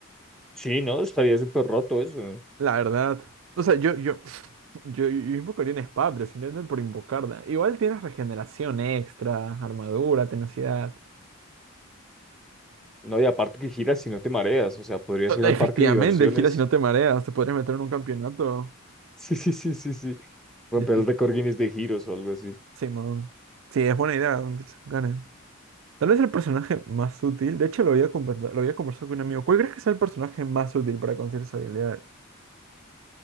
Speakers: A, in the centre; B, on the right.
A: Sí, no, estaría súper roto eso.
B: La verdad. O sea, yo, yo, <sniffs> yo, yo invocaría una espada, pero si no es por invocarla. Igual tienes regeneración extra, armadura, tenacidad.
A: No, y aparte que giras y no te mareas. O sea, podrías ir
B: Efectivamente,
A: al parque de diversiones.
B: gira si no te
A: <laughs>
B: mareas, te podrías meter en un campeonato.
A: Sí, sí, sí, sí, sí. Romper
B: Defi-
A: el récord Guinness de giros o algo así.
B: Simón. Sí, es buena idea. Gane. Tal vez el personaje más útil, de hecho lo había, conver- lo había conversado con un amigo, ¿cuál crees que sea el personaje más útil para conseguir su habilidad?